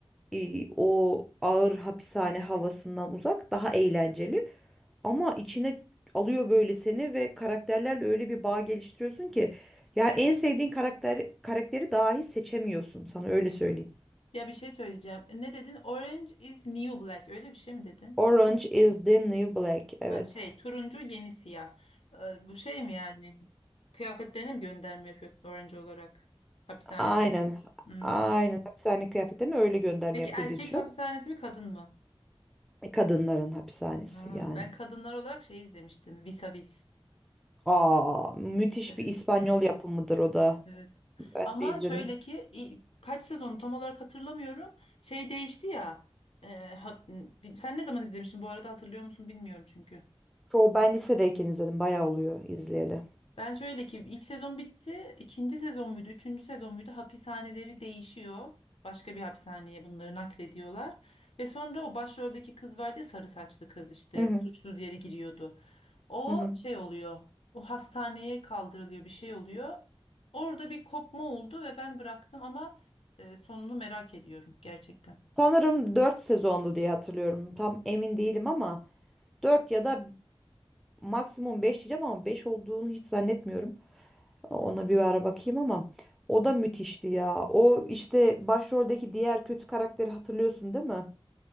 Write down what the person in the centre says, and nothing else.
e, o ağır hapishane havasından uzak daha eğlenceli ama içine alıyor böyle seni ve karakterlerle öyle bir bağ geliştiriyorsun ki yani en sevdiğin karakter karakteri dahi seçemiyorsun sana öyle söyleyeyim.
Orange is the New Black. Evet.
Aynen.
Aynen. Hapishane kıyafetlerine öyle gönderme
yapıyor
diye düşün.
E, Kadınların hapishanesi
yani.
Aa, müthiş
bir İspanyol yapımıdır o da.
Ben
de izledim.
Çoğu ben lisedeyken izledim. Bayağı oluyor izleyeli.
Hı hı.
Hı hı.
Sanırım 4 sezondu diye hatırlıyorum. Tam emin değilim ama 4 ya da maksimum 5 diyeceğim ama 5 olduğunu hiç zannetmiyorum. Ona bir ara bakayım ama o da müthişti ya. O işte başroldeki diğer kötü karakteri hatırlıyorsun değil mi?